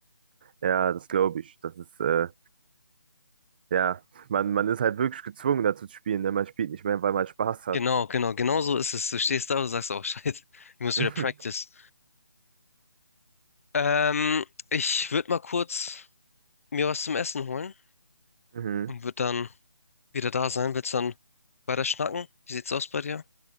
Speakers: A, on the right; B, on the left.
A: Ja, das glaube ich. Das ist, äh, ja, man, man ist halt wirklich gezwungen, dazu zu spielen. denn Man spielt nicht mehr, weil man Spaß hat.
B: Genau, genau, genau so ist es. Du stehst da und sagst, oh, <laughs> Scheiße, ich muss
A: <laughs>
B: wieder practice. Ähm, ich würde mal kurz mir was zum Essen holen
A: Mhm.
B: und würde dann wieder da sein. Willst du dann weiter schnacken? Wie sieht's aus bei dir?